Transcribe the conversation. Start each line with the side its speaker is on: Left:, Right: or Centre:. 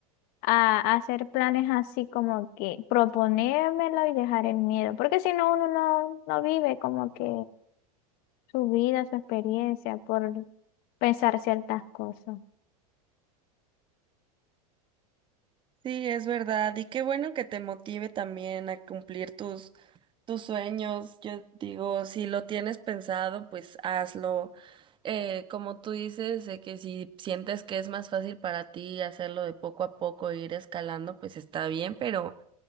Left: a, a hacer planes así como que proponérmelo y dejar el miedo, porque si no, uno no, no vive como que su vida, su experiencia por pensar ciertas cosas.
Right: Sí, es verdad. Y qué bueno que te motive también a cumplir tus, tus sueños. Yo digo, si lo tienes pensado, pues hazlo. Eh, como tú dices, de que si sientes que es más fácil para ti hacerlo de poco a poco, e ir escalando, pues está bien, pero